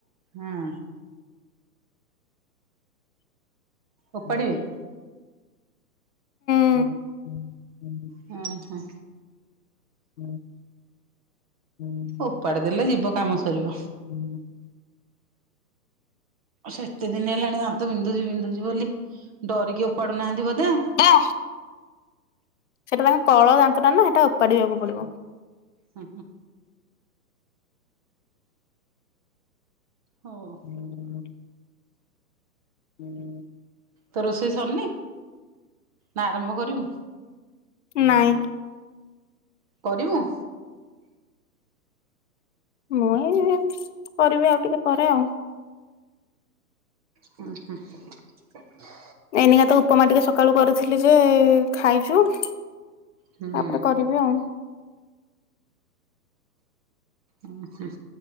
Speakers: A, on the right (about 25°); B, on the left (about 50°).
A: ହଁ। ଓପାଡିବେ?
B: ହୁଁ। ହୁଁ।
A: ହଁ ହଁ।
B: <inaudible>
A: ଓପାଡି ଦେଲେ ଯିବ କାମ ସରିବ। ସେତେ ଦିନ ହେଲାଣି ଦାନ୍ତ ବିନ୍ଧୁଛି ବିନ୍ଧୁଛି ବୋଲି ଡରିକି ଉପାଡୁନାହାନ୍ତି ବୋଧେ ଆଉ।
B: <unintelligible> ସେଟା ତାଙ୍କ କଳ ଦାନ୍ତ ଟା ନା, ସେଇଟା ଉପାଡିବାକୁ ପଡିବ।
A: ହ ହଉ।
B: <inaudible> <inaudible>
A: ତୋ ରୋଷେଇ ସରନି? ନା ଆରମ୍ଭ କରିବୁ?
B: ନାଇଁ।
A: କରିବୁ?
B: ମୁଇ କରିବି ଆଉ ଟିକେ ପରେ ଆଉ।
A: ହୁଁ ହୁଁ।
B: ଏଇନିକା ତ ଉପମା ଟିକେ ସକାଳୁ କରୁଥିଲି ଯେ ଖାଇଛୁ। ତାପରେ
A: ହୁଁ
B: କରିବି ଆଉ।
A: ଉଁ ହୁଁ।